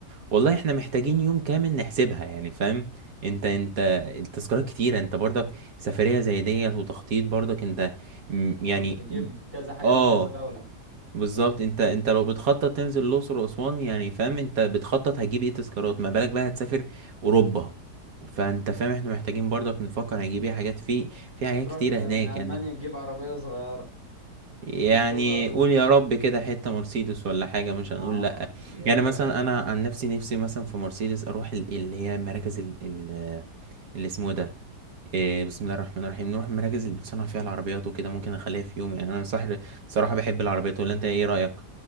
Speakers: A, on the right; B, on the right.
A: والله احنا محتاجين يوم كامل نحسبها يعني فاهم انت انت التذكارات كتيرة انت برضك سفرية زي ديت وتخطيط برضك انت م-
B: آه،
A: يعني
B: انت هتجيب كذا حاجة
A: اه
B: من كذا دولة
A: بالظبط انت انت لو بتخطط تنزل الأقصر وأسوان يعني فاهم انت بتخطط هتجيب ايه تذكارات ما بالك بقى هتسافر أوروبا فانت فاهم احنا محتاجين برضك نفكر هنجيب ايه حاجات في في حاجات
B: تروح
A: كتيرة
B: ت- من
A: هناك
B: ألمانيا
A: يعني
B: تجيب عربية صغيرة
A: يعني
B: تذكار العربية
A: قول يا رب كده حتة مرسيدس ولا حاجة مش
B: اه
A: هنقول لأ
B: ياه
A: يعني مثلا أنا عن نفسي نفسي مثلا في مرسيدس أروح ال- اللي هي مراكز ال- ال- اللي اسمه ده إيه، بسم الله الرحمن الرحيم نروح المراكز اللي بتصنع فيها العربيات وكده ممكن أخليها في يوم يعني أنا صح صراحة بحب العربيات ولا أنت إيه رأيك؟